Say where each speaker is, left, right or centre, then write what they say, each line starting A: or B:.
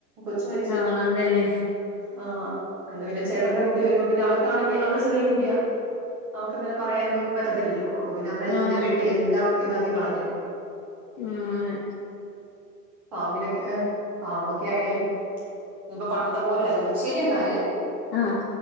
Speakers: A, in the centre; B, on the left.
A: കൊച്ച് മരിച്ചേ
B: ആഹ് അതെല്ലേ
A: ആഹ് അന്ന് പിന്നെ ചേട്ടന്റെ കുട്ടി വരുമ്പോ പിന്നെ അവൾക്കാണെങ്കിൽ അവള് ചെറിയ കുട്ടിയാ അവക്ക്ങ്ങ് പറയാനൊന്നും പറ്റത്തില്ലല്ലോ അപ്പ പിന്നെ നമ്മ എല്ലാം
B: ആഹ്
A: വെട്ടി എല്ലാം ഇതാക്കി കളഞ്ഞ്
B: ആ ആതെ
A: പാമ്പിനൊക്കെ ഏ പാമ്പൊക്കെ ആയാല് ഇപ്പൊ പണ്ടത്തെ പോലെ അല്ലന്ന്ശരിയ അന്നാല്
B: ആഹ്